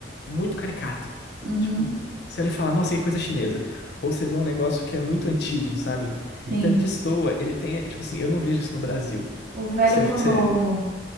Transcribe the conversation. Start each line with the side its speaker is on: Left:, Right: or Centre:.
Left: muito caricato.
Right: uhum.
Left: Tipo, você olha e fala, nossa, que coisa chinesa. Ou você vê um negócio que é muito antigo, sabe?
Right: Sim.
Left: Então ele destoa, ele tem, é, tipo assim, eu não vejo isso no Brasil.
Right: O velho
Left: Você,
Right: com
Left: você-
Right: o novo.